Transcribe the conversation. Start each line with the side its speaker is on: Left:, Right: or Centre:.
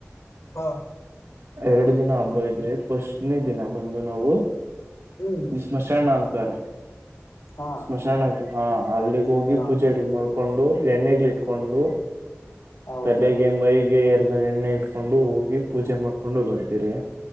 Left: ಹಾ
Right: ಎರಡು ದಿನ ಹಬ್ಬ ಇದ್ರೆ ಫಸ್ಟ್ನೇ ದಿನ ಬಂದು ನಾವು
Left: ಹ್ಮ್
Right: ಸ್ಮಶಾನ ಅಂತಾರ
Left: ಹಾ
Right: ಸ್ಮಶಾನ ಹಾ ಅಲ್ಲಿಗೆ ಹೋಗಿ
Left: ಹಾ
Right: ಪೂಜೆಗಳಿಗೆ ಮಾಡ್ ಕೊಂಡು ಎಣ್ಣೆಗ್ಗಳ ಇಟ್ಕೊಂಡು
Left: ಹೌದಾ
Right: ತಲೆಗೆ ಮೈಗೆ ಎಲ್ಲಾ ಎಣ್ಣೆ ಇ ಇಟ್ಕೊಂಡು ಹೋಗಿ ಪೂಜೆ ಮಾಡ್ಕೊಂಡು ಬರ್ತೀರಿ